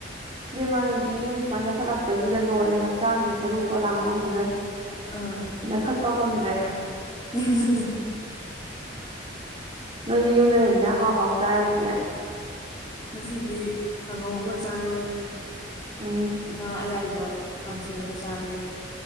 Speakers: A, on the right (about 30°); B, on the left (about 20°).
A: ꯕꯦꯃꯥ ꯅꯨꯡꯇꯤꯒꯤꯅ ꯁꯨꯃꯥꯏꯅ ꯆꯁꯤꯜꯂꯛꯄꯁꯤꯗ ꯂꯣꯏꯔꯦ ꯍꯛꯆꯥꯡꯁꯦ ꯁꯔꯨꯛ ꯄꯣꯂꯥꯡ ꯑꯣꯟꯈꯤꯗꯣꯏ
B: ꯑꯥ
A: ꯅꯈꯠꯄ ꯉꯝꯗ꯭ꯔꯦ
B: <unintelligible>
A: ꯅꯣꯏꯗꯤ ꯌꯨꯝꯗ ꯂꯩꯕꯅꯦ ꯑꯍꯥꯎ ꯍꯥꯎ ꯆꯥꯔꯕꯅꯤꯅꯦ
B: ꯉꯁꯤꯗꯤ ꯀꯥꯡꯉꯧ ꯑꯃ ꯆꯥꯔꯦ
A: ꯎꯝ
B: ꯉꯥ ꯑꯌꯥꯏꯕ ꯀꯥꯡꯁꯣꯏ ꯑꯃ ꯆꯥꯔ